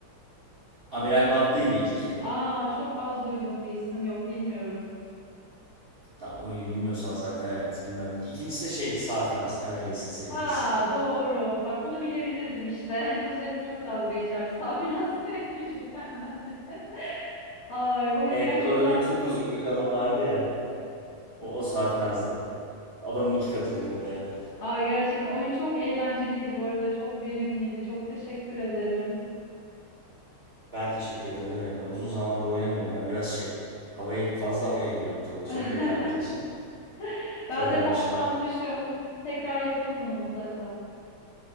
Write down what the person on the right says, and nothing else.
Amiral Battıydı ilki.
Tamam oyunu bilmiyorsan zaten evet bilmem. İkincisi de şeydi Safinaz Temel Reis'in sevgilisi.
Evet
orada böyle çok uzun bir kadın vardı ya. O, o Safinaz'dı. Adamın iki katı boyundaydı.
Ben teşekkür ederim ne demek ben uzun zamandır oynamıyordum. Ben biraz şey havaya fazla havaya giriyorum tabii çok
rekabetçiyim.
Körelmişim.